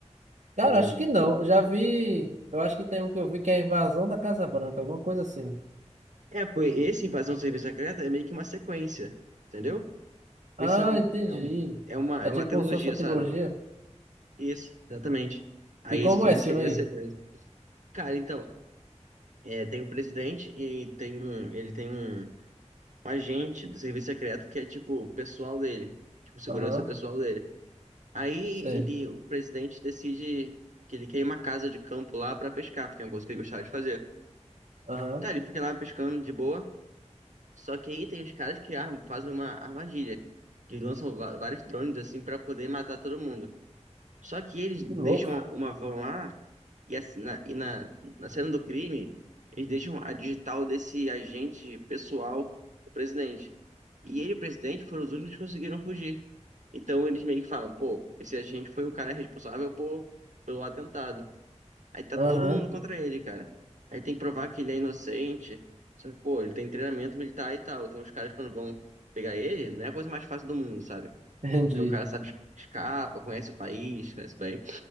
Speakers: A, on the right; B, on the right.
A: Cara,
B: Já viu?
A: acho que não. Eu já vi. Eu acho que tem um que eu vi que é a Invasão da Casa Branca, alguma coisa assim.
B: É, pô, esse Invasão ao Serviço Secreto é meio que uma sequência, entendeu?
A: Ah,
B: Esse é, um,
A: entendi.
B: é, um- é uma,
A: É
B: é
A: tipo
B: uma trilogia,
A: como se fosse uma
B: sabe?
A: trilogia.
B: Isso, exatamente. Aí
A: E como
B: esse filme
A: é esse
B: seria
A: filme aí?
B: a sequência. Cara, então, é, tem um presidente e tem um, ele tem um, um agente do serviço secreto que é, tipo, o pessoal dele. Tipo, segurança
A: Aham,
B: pessoal dele. Aí
A: sei.
B: ele, o presidente decide que ele quer ir uma casa de campo lá pra pescar, porque é uma coisa que ele gostava de fazer.
A: Aham.
B: Tá, ele fica lá pescando de boa, só que aí tem os caras que armam- fazem uma armadilha, que lançam va- vários drones assim pra poder matar todo mundo. Só que eles deixam
A: Que louco.
B: uma uma van lá e, assim, na, e na, na cena do crime, eles deixam a digital desse agente pessoal do presidente. E ele e o presidente foram os únicos que conseguiram fugir. Então eles meio que falam, pô, esse agente foi o cara responsável por, pelo atentado. Aí tá
A: Aham,
B: todo mundo contra ele, cara. Aí tem que provar que ele é inocente. Só que, pô, ele tem treinamento militar e tal. Então os caras, quando vão pegar ele, não é a coisa mais fácil do mundo, sabe?
A: entendi.
B: Porque o cara sabe, escapa, conhece o país, conhece bem.